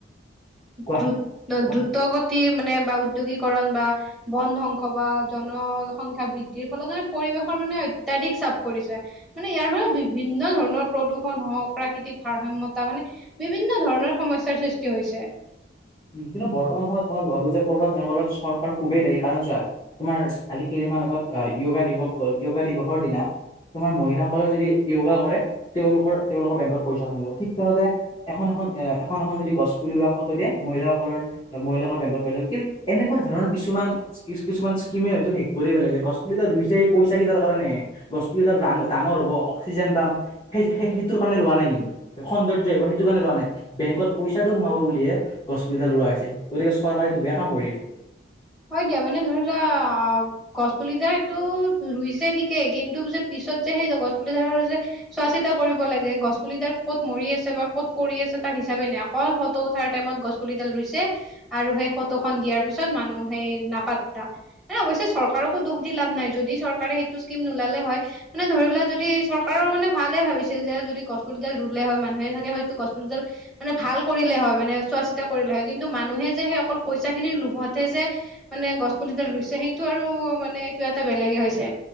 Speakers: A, on the left (about 30°); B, in the centre.
A: কোৱা
B: দ্ৰুত অ
A: কোৱা
B: দ্ৰুত গ তিৰ মানে বা উদ্যোগীকৰণ বা বন ধ্বংস বা জনসংখ্যা বৃদ্ধি ফলেত পৰিৱেশৰ মানে অত্যাধিক চাপ পৰিছে। মানে ইয়াৰ ফলত বিভিন্ন ধৰণৰ প্ৰদূষণ হওক প্ৰাকৃতিক ভাৰসাম্যতা মানে বিভিন্ন ধৰণৰ সমস্যাৰ সৃষ্টি হৈছে
A: কিন্তু বৰ্তমান সময়ত মই ভাবো যে কৰ'বাত নহয় ক'ৰবাত চৰকাৰ খুবেই দায়ী কাৰণ চোৱা তোমাৰ আজি কেইদিনমান আগত আহ য়োগা দিৱস গ'ল য়োগা দিৱসৰ দিনা তোমাৰ মহিলাসকলে যদি য়োগা কৰে তেওঁলোকৰ-তেওঁলোকৰ বেংকত পইচা সমাব ঠিক তেনেদৰে এখন-এখন এ এখন-এখন যদি গছ পুলি ৰোৱা ফটো দিয়ে মহিলাসকলৰ মহিলাকৰ বেংকত পাই যাম কিন্তু এনেকোৱা ধৰণৰ কিছুমান কিছুমান স্কিমে হয়তো শেষ কৰি পেলাইছে গছ পুলিডাল ৰোইছে পইচা কেইটাৰ কাৰণেহে। গছ পুলিডাল ৰাং ডাঙৰ হ'ব অক্সিজেন পাম সেই সেইটোৰ কাৰণে ৰোৱা নাই কিন্তু। সৌন্দৰ্য আহিব সেইটো কাৰণে ৰোৱা নাই বেংকত পইচাটো সোমাব বুলিহে গছ পুলিডাল ৰোৱা হৈছে গতিকে চৰকাৰে এইটো বেয়া কাম কৰি আছে।
B: হয় দিয়া মানে ধৰি লোৱা আ গছপুলি ডালটো ৰুইছে ঠিকে কিন্তু যে পিছত যে সেই গছপুলিডালৰ যে চোৱা চিতা কৰিব লাগে গছপুলিডাল ক'ত মৰি আছে বা ক'ত পৰি আছে তাৰ হিচাপে নাই অকল ফটো উঠাৰ টাইমত গছ পুলিডাল ৰুইছে আৰু সেই ফটোখন দিয়াৰ পিছত মানুহ সেই নাপাট্টা। এ অৱশ্যে চৰকাৰকো দোষ দি লাভ নাই যদি চৰকাৰে সেইটো স্কীম নোলালে হয় মানে ধৰি লোৱা যদি চৰকাৰৰ মানে ভালে ভাবিছিল যে যদি গছপুলিডাল ৰুলে হয় মানুহে চাগে হয়তো গছপুলিডাল মানে ভাল কৰিলে হয় মানে চোৱা চিতা কৰিলে হয় কিন্তু মানুহে যে সেই অকল পইচাখিনিৰ লোভতহে যে মানে গছ পুলিডাল ৰুইছে সেইটো আৰু মানে কিবা এটা বেলেগে হৈছে